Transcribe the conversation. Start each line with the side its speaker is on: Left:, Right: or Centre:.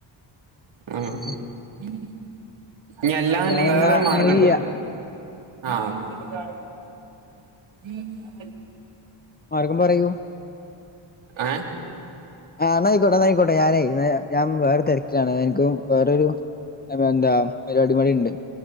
Right: ആഹ്
Left: ഏഹ്
Right: ഇനി ഞല്ലാ നുടകി
Left: ഞാനെന്നാ
Right: വോറൊരു മാർഗ്ഗണ്ട്
Left: അങ്ങനെ ചെയ്യാ
Right: ആഹ്
Left: മാർഗം പറയൂ
Right: ഏഹ്
Left: ആഹ് നയിക്കോട്ടെ നയിക്കോട്ടെ ഞാനായി ഞാൻ വേറെ തിരക്കിലാണ് എനിക്കും വേറരു അഹ് എന്താ പരിപാടിപടി ഉണ്ട്